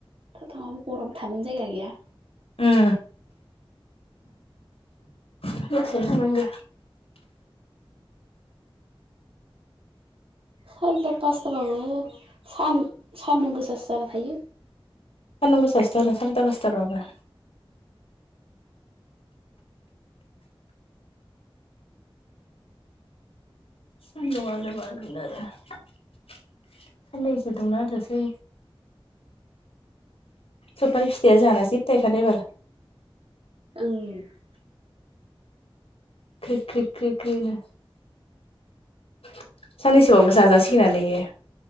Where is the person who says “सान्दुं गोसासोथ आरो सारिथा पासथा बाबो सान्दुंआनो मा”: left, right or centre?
Left